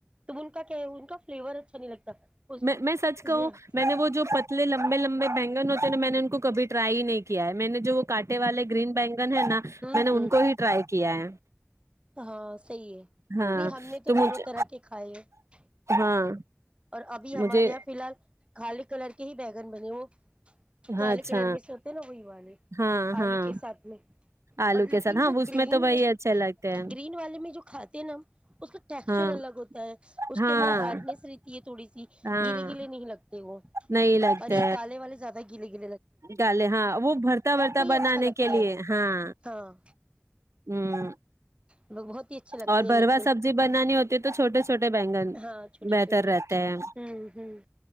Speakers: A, on the right; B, on the right.
A: تو ان کا کیا ہے ان کا فلیور اچھا نہیں لگتا اس
B: میں میں سچ کہوں میں نے وہ جو پتلے لگ لمبے لمبے بہگن ہوتے ن میں نے ان کو کب ٹرائی ہی نہیں کیا ہے میں نے وہ کاانٹے والے گرین بینک ہے نا میں
A: ہوں
B: نے
A: ہوں
B: ان کو ہی ٹرائی کیا ہے
A: ہاں صحیح ہے
B: ہاں
A: نہیں ہم نے تو
B: مجھے
A: دونوں طرح کے کھائے ہیں
B: ہاں
A: اور ابھی ہمارے
B: مجھے
A: یہاں فی الحال خالی کلر کے ہی بیگن ب نہیںو کالے
B: ہاں اچھا
A: کلر میں سے ہوتے ہیں نا وہی والے
B: ہاں
A: آلو
B: ہاں
A: کے ساتھ میں
B: آلو
A: اور لیکن
B: کے ساتھ ہاں
A: جو
B: اس
A: گرین
B: تو وہی
A: میں
B: اچھے لگتے ہیں
A: گرین والے میں جو کھاتے ہیں نا ہم اس کا ٹیکسچر
B: ہاں
A: الگ ہوتا ہے اس کے
B: ہاں
A: اندر ہارڈنیس رہ تھوڑی سی
B: ہاں
A: گیلے گیلے نہیں لگتے وہ
B: نہیں لگتے
A: اور یہ کالے والے زیادہ گیل لگے
B: ڈالے ہاں وہ بھرتا وھرتا بنانے
A: اچھا لگتا
B: کے لیے
A: ہے
B: ہاں
A: ہاں
B: ہ
A: لوگ بہت ہی اچھے لگتے
B: اور
A: ہیں
B: بھروا
A: لیکن
B: سبزی بنانی ہوتی تو چوٹے چوے بینگن
A: ہاں چھوٹے
B: بہتر
A: چھوٹے
B: رہتے ہیں
A: ہوں ہوں